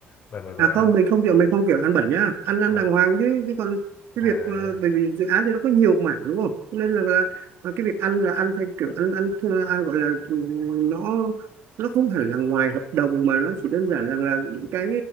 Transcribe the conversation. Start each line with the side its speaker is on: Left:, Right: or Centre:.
Left: đợt vừa rồi
Right: À không,
Left: ông
Right: mình không kiểu mình không kiểu ăn bẩn nhá, ăn ăn
Left: à,
Right: đàng hoàng chứ chứ còn cái
Left: à,
Right: việc
Left: ừ,
Right: ờ, bởi vì dự án thì nó có nhiều mảng đúng không? Cho nên là, là là cái việc ăn là ăn theo kiểu ăn ăn, ăn gọi là ừ, nó nó không hẳn là ngoài hợp đồng mà nó chỉ đơn giản rằng là những cái